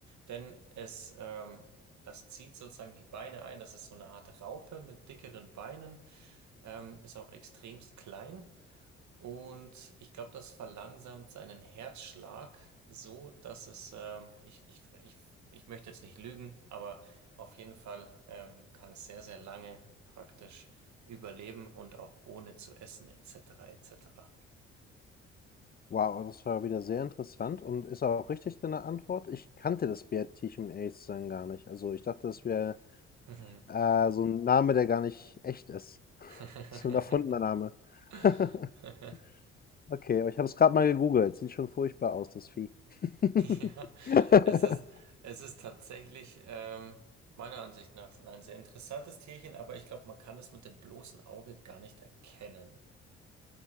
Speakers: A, on the right; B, on the left.
A: denn es, ähm, das zieht sozusagen die Beine ein. Das ist so eine Art Raupe mit dickeren Beinen, ähm, ist auch extremst klein und ich glaube, das verlangsamt seinen Herzschlag so, dass es, ähm, ich, ich, ich, ich möchte jetzt nicht lügen, aber auf jeden Fall, ähm, kann es sehr, sehr lange praktisch überleben und auch ohne zu essen etc. etc.
B: Wow, das war wieder sehr interessant und ist auch richtig deine Antwort. Ich kannte das Bärtierchen, um ehrlich zu sein, gar nicht. Also ich dachte, das wäre
A: Mhm.
B: äh, so ein Name, der gar nicht echt ist. <laughs>
A: <laughs>
B: So ein erfundener Name.
A: <laughs>
B: <laughs> Okay, aber ich habe es gerade mal gegoogelt. Sieht schon furchtbar aus, das Vieh. <laughs>
A: Ja, es ist, es ist tatsächlich ähm, meiner Ansicht nach ein sehr interessantes Tierchen, aber ich glaube, man kann es mit dem bloßen Auge gar nicht erkennen.